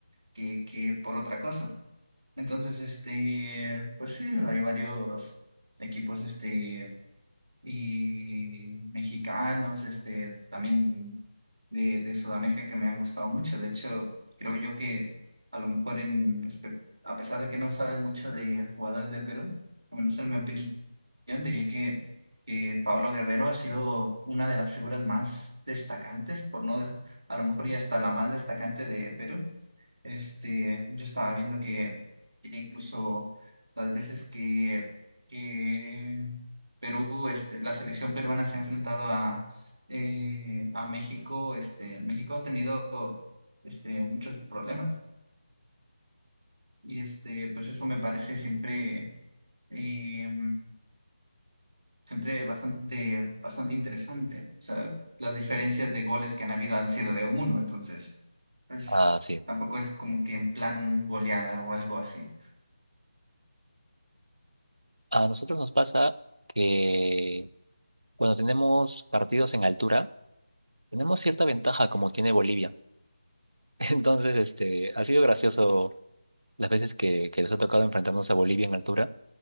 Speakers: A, on the right (about 60°); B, on the right (about 80°).
A: que, que por otra cosa. Entonces, este, pues sí, hay varios equipos este, y mexicanos, este, también de, de Sudamérica que me han gustado mucho. De hecho, creo yo que a lo mejor en respecto, a pesar de que no sabes mucho de jugadores de Perú, al menos en mi opinión, diría que, que Pablo Guerrero ha sido una de las figuras más destacantes, por no, de- a lo mejor y hasta la más destacante de Perú. Este, yo estaba viendo que, que incluso las veces que, que Perú, este, la selección peruana se ha enfrentado a, eh, a México, este, México ha tenido este, muchos problemas. Y este, pues eso me parece siempre, eh, siempre bastante, bastante interesante. O sea, las diferencias de goles que han habido han sido de uno, entonces, pues
B: Ah, sí.
A: tampoco es como que en plan goleada o algo así.
B: A nosotros nos pasa que cuando tenemos partidos en altura, tenemos cierta ventaja como tiene Bolivia. <laughs> Entonces, este, ha sido gracioso las veces que, que les ha tocado enfrentarnos a Bolivia en altura,